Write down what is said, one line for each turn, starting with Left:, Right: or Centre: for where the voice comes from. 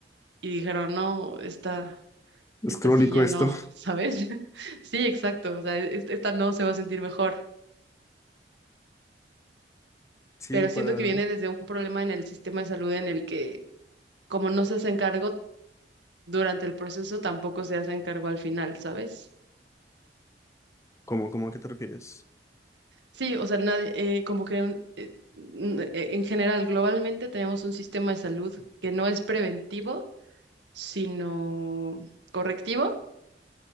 Right: y dijeron, "No, esta
Left: Es
Right: esta
Left: crónico
Right: sí ya
Left: esto.
Right: no, ¿sabes? <laughs> Sí, exacto, o sea, e-, es- esta no se va a sentir mejor,
Left: Sí,
Right: pero
Left: para...
Right: siento que viene desde un problema en el sistema de salud en el que como no se hacen cargo durante el proceso, tampoco se hacen cargo al final, ¿sabes?
Left: ¿Cómo, cómo a qué te refieres?
Right: Sí, o sea, nadie, eh, como que un- eh, n- eh, en general, globalmente tenemos un sistema de salud que no es preventivo, sino correctivo